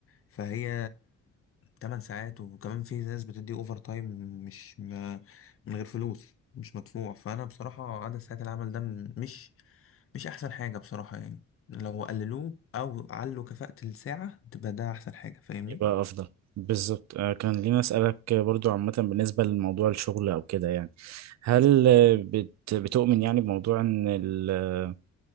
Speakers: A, on the left; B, on the right.
A: فهي 8 ساعات وكمان في ناس بتدي اوفر تايم مش ما من غير فلوس مش مدفوع فانا بصراحة عدد ساعات العمل ده م- مش مش احسن حاجة بصراحة يعني لو قللوه او علوا كفاءة الساعة تبقى ده احسن حاجة فاهمني
B: يبقى افضل بالظبط آه، كان لينا اسالك برضو عامه بالنسبه لموضوع الشغل او كده يعني هل آه، بت- بتؤمن يعني بموضوع ان ال آه،